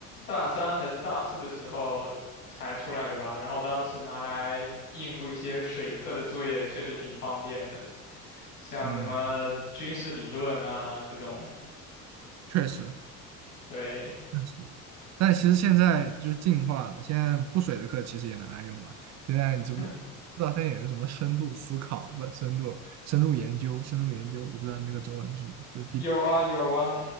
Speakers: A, on the left; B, on the right.
A: 大三还是大四的时候才出来的吧，然后当时拿来应付一些水课的作业，确实挺方便的，像什么军事理论啊这种，
B: 嗯，确实。
A: 对
B: 但是，但其实现在就是进化了，现在不水的课其实也能爱用了。现在你知不知道现在有一个什么深度思考，
A: <laughs>，
B: 不，深度深入研究，深入研究，我不知道那个中文是什么。就
A: 有啊有啊